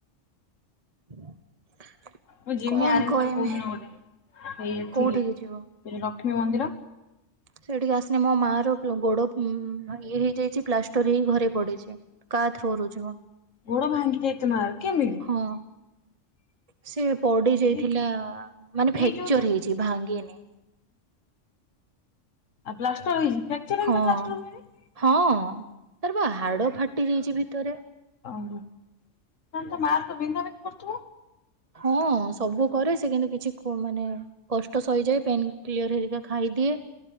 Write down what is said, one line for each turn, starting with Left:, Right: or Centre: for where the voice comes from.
Right: <inaudible>
Left: ମୁଁ ଯିମି
Right: କଣ
Left: ଆରିଭିତରେ
Right: କହିମି
Left: କୋଉ ଦିନ ଗୋଟେ ଏଇ ଏଠିକି।
Right: କୋଉଠିକି
Left: ଏ
Right: ଯିବ?
Left: ଲକ୍ଷ୍ମୀ ମନ୍ଦିର।
Right: ସେଠିକି ଆସନେ ମୋ ମା ର ଗୋଡ ଇଏ ହେଇଯାଇଛି ପ୍ଲାଷ୍ଟର ହେଇ ଘରେ ପଡିଛି। କା ଥ୍ରୋରୁ ଜିବ।
Left: ଗୋଡ଼ ଭାଙ୍ଗି ଜିତ ମାର କେମିତି?
Right: ହଁ ସେ ପଡି ଯାଇଥିଲା
Left: ଏଇ
Right: ମାନେ ଫ୍ରାକ୍ଚର
Left: ଏଇ ଯୋଉ ତୁ
Right: ହେଇଛି ଭାଙ୍ଗିନି।
Left: ଆଉ ପ୍ଲାଷ୍ଟର ହେଇଛି ଫ୍ରାକ୍ଚର
Right: ହଁ
Left: ପ୍ଲାଷ୍ଟର ହୁଏନି।
Right: ହଁ ତାର ପା ହାଡ ଫାଟି ଯାଇଛି ଭିତରେ।
Left: ଓହ ତାହେଲେ ମା ତ ବିନ୍ଧା ବିନ୍ଧି କରୁଥିବ?
Right: ହଁ ସବୁ କରେ ସେ କିନ୍ତୁ କିଛି କୁହେନାହି କଷ୍ଟ ସହିଯାଏ ପେନ୍ କ୍ଲିଅର ହେରିକା ଖାଇଦିଏ